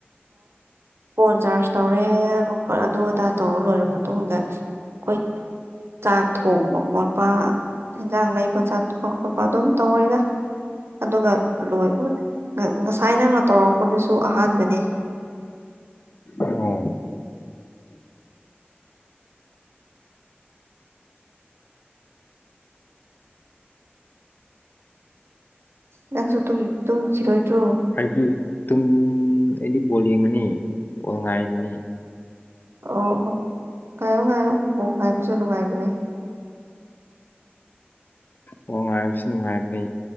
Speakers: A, on the right; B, on the left.
A: ꯐꯣꯟ ꯆꯥꯔꯖ ꯇꯧꯔꯦ ꯑꯗꯨꯝ ꯍꯣꯏ ꯑꯗꯨ ꯑꯗꯥ ꯇꯧꯔ ꯂꯣꯏꯔ ꯃꯇꯨꯡꯗ ꯑꯩꯈꯣꯏ ꯆꯥꯛ ꯊꯣꯡꯕ ꯈꯣꯠꯄ ꯏꯟꯖꯥꯡ ꯂꯩꯕ ꯆꯥ ꯇꯨꯄ ꯈꯣꯠꯄ ꯑꯗꯨꯝ ꯇꯧꯔꯦꯗ ꯑꯗꯨꯒ ꯂꯣꯏꯕ ꯉꯁꯥꯏ ꯅꯪꯅ ꯇꯧꯔꯛꯄꯗꯨꯁꯨ ꯑꯍꯥꯟꯕꯅꯦ
B: ꯑꯣ
A: ꯅꯪꯁꯨ ꯇꯨꯡꯇꯨꯡꯁꯤꯔꯣꯏꯗ꯭ꯔꯣ
B: ꯍꯥꯏꯗꯤ ꯇꯨꯝ ꯑꯩꯗꯤ ꯕꯣꯜ ꯌꯦꯡꯉꯅꯤ ꯄꯣꯜ ꯉꯥꯏꯒꯅꯤ
A: ꯑꯣ ꯑꯣ ꯉꯥꯏꯌꯣ ꯉꯥꯏꯌꯣ ꯕꯣꯜ ꯉꯥꯏꯕꯁꯨ ꯅꯨꯡꯉꯥꯏꯕꯅꯦ
B: ꯑꯣ ꯉꯥꯏꯕꯁꯨ ꯅꯨꯡꯉꯥꯏꯕꯅꯤ